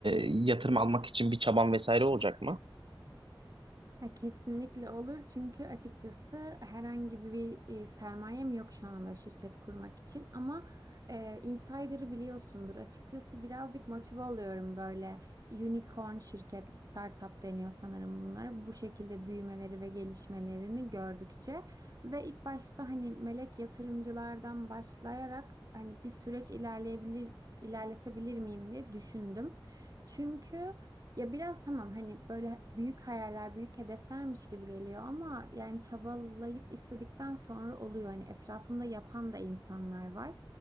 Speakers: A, on the right; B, on the right.
A: yatırım almak için bir çaban vesaire olacak mı?
B: Ya kesinlikle olur çünkü açıkçası herhangi bir e, sermayem yok şu anda şirket kurmak için ama e, insider'ı biliyorsundur açıkçası birazcık motive oluyorum böyle unicorn şirket startup deniyor sanırım bunlara bu şekilde büyümeleri ve gelişmelerini gördükçe ve ilk başta hani melek yatırımcılardan başlayarak hani bir süreç ilerleyebilir ilerletebilir miyim diye düşündüm. Çünkü ya biraz tamam hani böyle büyük hayaller, büyük hedeflermiş gibi geliyor ama yani çabalayıp istedikten sonra oluyor. Hani etrafımda yapan da insanlar var.